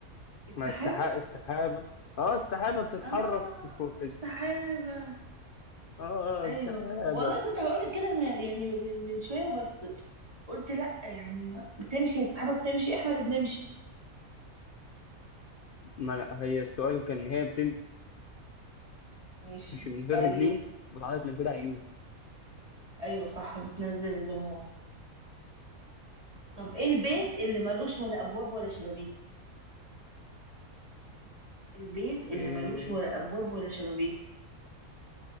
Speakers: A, on the right; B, on the left.
A: السحابة
B: مع السحابة السحابة اه السحابة بتتحرك
A: اه
B: في في في
A: السحابة
B: الس- اه آه،
A: ايوه
B: السحابة
A: والله كنت هقول لك كده ما- يعني من من شوية وبس قلت لا يعني بتمشي السحابة بتمشي احنا اللي بنمشي
B: ما أنا هي السؤال كان هي بتمشي
A: ماشي
B: من
A: طيب
B: غير رجلين وبتعيط من غير عيون
A: ايوه صح بتنزل دموع طب ايه البيت اللي ملوش ولا ابواب ولا شبابيك البيت اللي
B: ايه
A: ملوش ولا ابواب ولا شبابيك